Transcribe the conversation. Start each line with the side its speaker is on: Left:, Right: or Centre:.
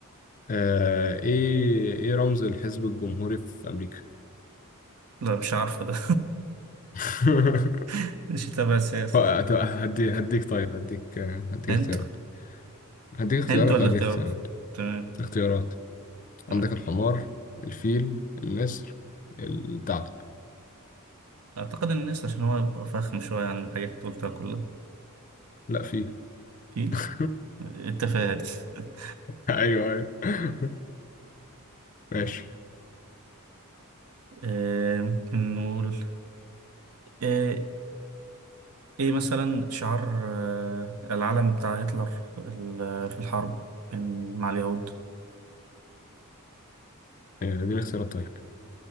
Left: آه إيه إيه رمز الحزب الجمهوري في أمريكا
Right: لا مش عارفة ده
Left: <laughs>
Right: <laughs> مش تابع السياسة
Left: آه، طب هدي هديك طيب هديك آه، هديك
Right: هند
Left: اختيارات هديك اختيارات
Right: هند ولا
Left: لا هديك
Right: اختيارات
Left: اختيارات
Right: تمام
Left: اختيارات
Right: تمام
Left: عندك الحمار الفيل النسر الثعلب
Right: اعتقد الناس عشان هو يبقى فخم شوية عن الحاجات اللي قلتها كلها
Left: لا فيل
Right: فيل
Left: <laughs>
Right: التفاهة دي <laughs>
Left: ايوه ايوه <laughs> ماشي
Right: آه، ممكن نقول آه، ايه مثلا شعار آه، العلم بتاع هتلر ال- في الحرب بين- مع اليهود
Left: آه، دي الاختيارات طيب